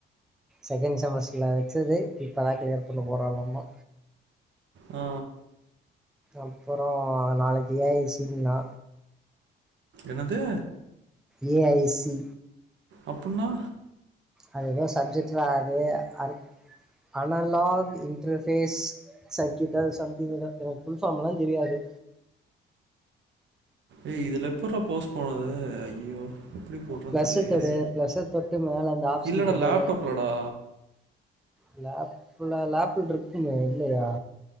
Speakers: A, in the centre; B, on the right.
A: செகண்ட் செமஸ்டர்ல வச்சது இப்பதான் கிளியர் பண்ண போறா லாமா
B: ஆ
A: அப்புறம் நாளைக்கு ஏஐசீ் நா
B: என்னது
A: ஏ ஐசி
B: அப்படின்னா
A: அது எதோ சப்ஜெக்ட்ரா அது அ அனலாக் இன்டர்பேஸ் சர்குயட்டல் சம்திங் எதோ புல்ஃபார்ம்ல்லாம் தெரியாது
B: ஏய் இதுல எப்பற போஸ்ட் போட்றது ஐயோ எப்டி போட்றன்னு
A: பிளஸ்
B: தெர்லயே
A: தொடு பிளஸ் தொட்டு மேல அந்த ஆப்ஷன்
B: இல்லடா
A: தொடு
B: லேப்டாப்லடா
A: இ்வள லேப்பள் இருக்குமே இல்லையா